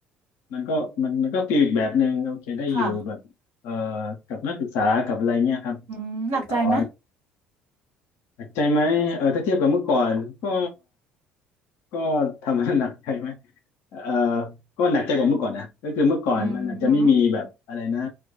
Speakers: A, on the left; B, on the right.
A: มันก็มันมันก็ฟีลอีกแบบหนึ่งโอเคได้อยู่แบบเอ่อ
B: ค่ะ
A: กับนักศึกษากับอะไรเงี้ยครับ
B: อืมหนักใจไหม
A: ได้สอน หนักใจไหมเออถ้าเทียบกับเมื่อก่อนก็ก็ <laughs> ทำให้หนักใจไหมเออก็หนักใจกว่าเมื่อก่อนนะก็คือเมื่อก่อนมันอาจจะไม่มีแบบอะไรนะ
B: อืมหืม